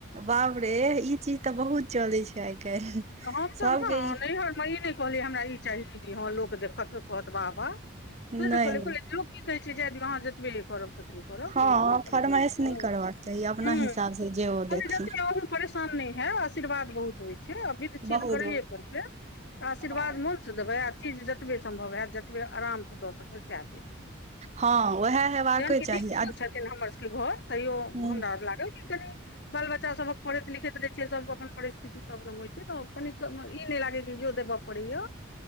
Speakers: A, on the right; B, on the left.
A: बाप रे ई चीज तऽ बहुत चलै छै आइ काल्हि।
B: त हमसभ
A: सबके
B: ने
A: ई
B: नैहरमे ई नहि कहलियै हमरा ई चाही इ दियऽ हँ लोक देखत कहत बाह बाह।
A: नहि
B: से नय कहलिये
A: नहि
B: कहलिए लोक की कहै छै जा दियो आहाँ जतबे करब। ततबे करब
A: हँ
B: बहुत नै परेशान
A: फरमाइश नहि
B: होउ,
A: करबाक चाही अपना
B: हँ
A: हिसाबसँ जे ओ
B: हु
A: देथिन
B: जतबे रहतय परेशान नहि हैबआशीर्वाद बहुत होइ छै आ विध छिये
A: बहुत
B: ते करैए परतै आशीर्वाद
A: बहुत
B: मो स देबै आ चीज जतबे सम्भव हैत जतबे आराम से दऽ सकबे सेह देब
A: हँ उएह हेबाके
B: जहन की
A: चाही
B: नीक सँ
A: आ
B: छैथ थिन हमर सब के घर तैयो
A: ह
B: हमरा लागल कि कनि बाल बच्चा सबहक पढ़ैत लिखैत रहै छियै सब अपन परिस्थिति सब रंग होइ छै तऽ कनिक ई नै लागै जो ओ देबऽ पड़ैय।